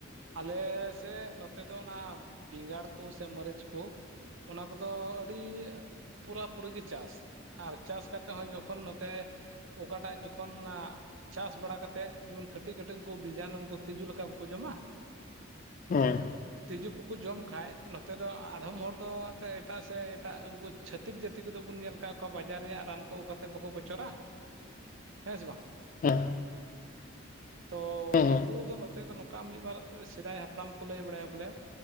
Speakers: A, on the right; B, on the left.
A: ᱟᱞᱮ ᱥᱮᱫ ᱱᱚᱛᱮ ᱫᱚ ᱚᱱᱟ ᱵᱮᱸᱜᱟᱲ ᱠᱚ ᱥᱮ ᱢᱟᱹᱨᱤᱪ ᱠᱚ ᱚᱱᱟ ᱠᱚᱫᱚ ᱟᱹᱰᱤ ᱯᱩᱨᱟ ᱯᱩᱨᱤ ᱜᱮ ᱪᱟᱥ ᱟᱨ ᱪᱟᱥ ᱠᱟᱛᱮᱫ ᱦᱚᱸ ᱡᱚᱠᱷᱚᱱ ᱱᱚᱛᱮ ᱚᱠᱟᱴᱟᱜ ᱡᱚᱠᱷᱚᱱ ᱪᱟᱥ ᱵᱟᱲᱟ ᱠᱟᱛᱮᱜ ᱡᱮᱢᱚᱱ ᱠᱟᱹᱴᱤᱡ ᱠᱟᱹᱴᱤᱡ ᱩᱱᱠᱩ ᱵᱤᱡᱟᱤᱱ ᱩᱱᱠᱩ ᱛᱤᱡᱩ ᱞᱮᱠᱟ ᱠᱚ ᱡᱚᱢᱟ
B: ᱦᱮᱸ
A: ᱛᱤᱡᱩ ᱠᱚᱠᱚ ᱡᱚᱢ ᱠᱷᱟᱱ ᱱᱚᱛᱮ ᱫᱚ ᱟᱫᱚᱢ ᱦᱚᱲ ᱫᱚ ᱮᱱᱛᱮᱫ ᱮᱴᱟᱜ ᱥᱮ ᱮᱴᱟᱜ ᱩᱱᱠᱩ ᱪᱷᱟᱹᱛᱤᱠ ᱡᱟᱹᱛᱤ ᱠᱚᱫᱚ ᱵᱚᱱ ᱧᱮᱞ ᱟᱠᱟᱫ ᱠᱚᱣᱟ ᱵᱟᱡᱟᱨ ᱨᱮᱭᱟᱜ ᱨᱟᱱ ᱠᱚ ᱟᱹᱜᱩ ᱠᱟᱛᱮᱫ ᱵᱟᱠᱚ ᱯᱨᱚᱪᱟᱨᱟ ᱦᱮᱸ ᱥᱮ ᱵᱟᱝ
B: ᱦᱮᱸ
A: ᱛᱚ
B: ᱦᱮᱸ
A: ᱟᱵᱚ ᱫᱚ ᱱᱚᱛᱮ ᱫᱚ ᱱᱚᱝᱠᱟ ᱢᱤᱫ ᱵᱟᱨ ᱥᱮᱫᱟᱭ ᱦᱟᱯᱲᱟᱢ ᱠᱚ ᱞᱟᱹᱭ ᱵᱟᱲᱟᱭᱟ ᱵᱚᱞᱮ